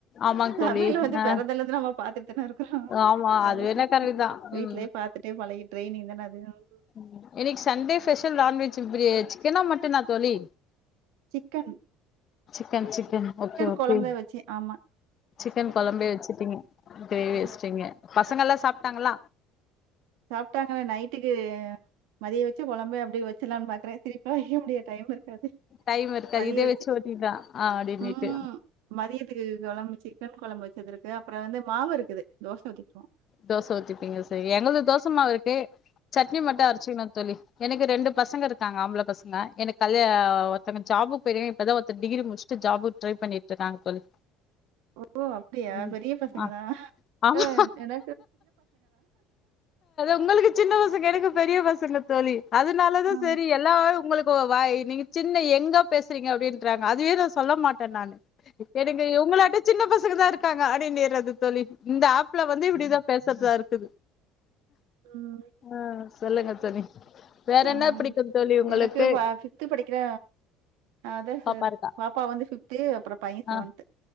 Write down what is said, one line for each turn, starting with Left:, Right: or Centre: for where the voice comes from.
Left: ஆமாங்க தோழி
Right: சமையல் வந்து
Left: ஆ
Right: பிறந்ததுல்ல இருந்து நம்ம பாத்துட்டு தான் இருக் கோம்
Left: ஆமா அது
Right: ஆனா
Left: வேணா கரெக்ட் தா
Right: வீட்லயே
Left: ம்
Right: பாத்துட்டே பழைய ட்ரெனிங் தானே அது உம்
Left: உம் இன்னைக்கு சண்டே ஸ்பெஷல் நான்வெஜ் சிக்கனா மட்டனா தோழி
Right: chicken
Left: chicken chicken okay okay
Right: குழம்பு வச்சேன். ஆமா.
Left: சிக்கன் குழம்பு வச்சுட்டீங்க கிரேவி
Right: ம்.
Left: வச்சீட்டீங்க பசங்க எல்லாம் சாப்பிட்டாங்களா
Right: சாப்பிட்டாங்க நைட்டுக்கு மதிய வச்சு குழம்பு அப்படி வச் சலாம்னு பாக்குறேன் தே வைக்க முடியாது டைம் இருக்காது
Left: டைம் இருக்கா
Right: மதியம்
Left: இதே
Right: வச்சு
Left: ஓட்டிடலா ஆ அப்டின்னுட்டு
Right: உம் மதியத்துக்கு குழம்பு சிக்கன் குழம்பு வச்சது இருக்கு அப்புறம் வந்து மாவு இருக்குது தோசை ஊத்திக்குவோம்
Left: தோசை ஊத்திப்பீங்க சரி எங்களுக்கு தோசை மாவு இருக்கே சட்னி மட்டும்
Right: ம்.
Left: அரிச்சுக்களாம் தோழி எனக்கு ரெண்டு பசங்க இருக்காங்க ஆம்பளை பசங்க எனக்கு கல்யா ஒருத்தவங்க ஜாபுக்கு போயிருக்காங்க இப்பதான் ஒருத்தன் டிகிரி முடிச்சுட்டு ஜாபு ட்ரை பண்ணிட்டு இருக்காங்க தோழி
Right: ஓ அப்படியா
Left: ம்
Right: பெரிய பசங்க
Left: ஆ
Right: தான்
Left: ஆமா
Right: என
Left: உங்களுக்கு சின்ன பசங்க எனக்கு பெரிய பசங்க தோழி அதனால தான்
Right: ஆ.
Left: சரி எல்லா உங்களுக் இப்போ வா நீங்க சின்ன யங்கா பேசுறீங்க அப்படின்றாங்க அதுவே நான் சொல்ல மாட்டேன் நானு எனக்கு இவுங்களாட்டம் சின்ன பசங்க தான் இருக்காங் அடிநேர்றது தோழி இந்த ஆப்ல வந் பேசறது தான் இருக்குது
Right: <unintelligible>
Left: ஆ சொல்லுங்க தோழி வேற
Right: ஆஹ்
Left: என்ன பிடிக்கு தோழி உங்களுக்கு
Right: எனக்கு பா பிப்து படிக்கிற அதான்
Left: பாப்பா இருக்கா
Right: பாப்பா வந்து பிப்து அப்புறம் பையன் செவன்த்து
Left: ஆ